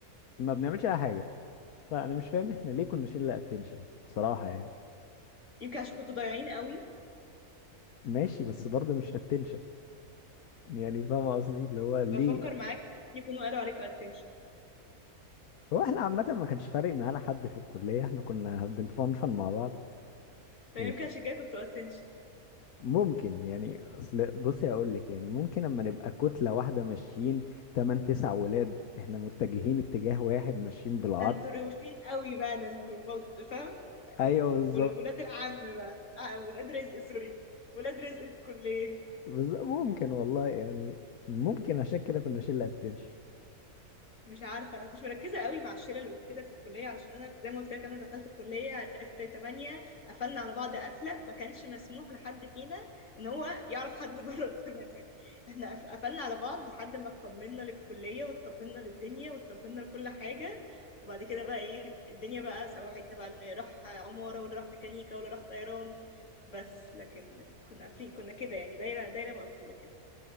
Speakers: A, on the left; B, on the left.
A: ما بنعملش اي حاجة فانا مش فاهم احنا ليه كنا شلة اتنشن بصراحة يعني
B: <laughs> يمكن عشان كنتوا ضايعين قوي
A: ماشي بس برضه مش اتنشن يعني فاهم قصدي اللي هو ليه
B: بفكر معاك ليه ممكن يكونوا قالوا عليكم اتنشن
A: هو احنا عامة ما كانش فارق معانا حد في الكلية احنا كنا بنفنفن مع بعض
B: فيمكن
A: يعني
B: عشان كده كنتوا اتنشن
A: ممكن يعني اصل بصي اقول لك يعني ممكن لما نبقى كتلة واحدة ماشيين تمن تسع ولاد احنا متجهين اتجاه واحد ماشيين بالعرض
B: ده انتوا روشين قوي بقى ده انتوا بلط فاهم
A: ايوه بالظبط
B: ول- ولاد العم بقى آه ولاد رزق سوري ولاد رزق الكليه
A: بس ممكن والله يعني ممكن عشان كده كنا شلة اتنشن
B: مش عارفه انا مكنتش مركزه قوي مع الشلل وكده في الكليه علشان انا زي ما قلت لك انا دخلت الكليه عرفت 8 قفلنا على بعض قفله ما كانش مسموح لحد فينا ان هو يعرف حد <laughs> بره الثمانيه احنا قف- قفلنا على بعض لحد ما اطمنا للكليه واطمنا للدنيا واطمنا لكل حاجه وبعد كده بقى ايه الدنيا بقى سوحتنا بقى اللي راح عماره واللي راح ميكانيكا واللي راح طيران بس لكن كنا قافلين كنا كده يعني دايره دايره مقفوله كده